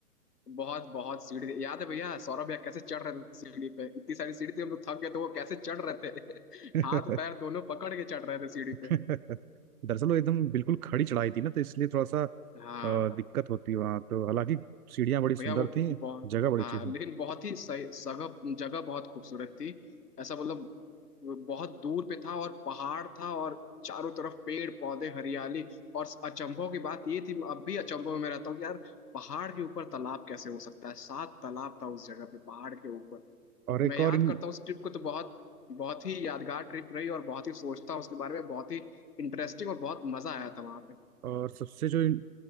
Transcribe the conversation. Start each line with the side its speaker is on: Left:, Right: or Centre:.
Left: बहुत बहुत सीढ़ी थी। याद है भैया सौरभ भैया कैसे चढ़ रहे थे सीढ़ी पे इतनी सारी सीढ़ी थी हम लोग थक गए थे वो कैसे चढ़ रहे थे <laughs>
Right: <laughs>
Left: हाथ पैर दोनों पकड़ के चढ़ रहे थे सीढ़ी
Right: <laughs>
Left: पे
Right: दरअसल वो एकदम बिल्कुल खड़ी चढ़ाई थी ना तो इसलिए थोड़ा सा अ,
Left: हाँ
Right: दिक्कत होती वहाँ तो हालांकि सीढ़ियाँ बड़ी
Left: भैया
Right: सुंदर
Left: वो
Right: थी
Left: बहुत
Right: जगह बड़ी
Left: हाँ
Right: अच्छी थी
Left: लेकिन बहुत ही सही सगह जगह बहुत खूबसूरत थी ऐसा मतलब वो बहुत दूर पे था और पहाड़ था और चारों तरफ पेड़ पौधे हरियाली और अचंभों की बात ये थी अब भी अचंभों में रहता हूँ कि यार पहाड़ के ऊपर तालाब कैसे हो सकता है सात तालाब था उस जगह पे पहाड़ के ऊपर
Right: और एक
Left: मैं याद
Right: और इन
Left: करता हूँ उस ट्रिप को तो बहुत बहुत ही यादगार ट्रिप रही और बहुत ही सोचता हूँ उसके बारे में बहुत ही इंटरेस्टिंग और बहुत मजा आया था वहां पे
Right: और सबसे जो इन-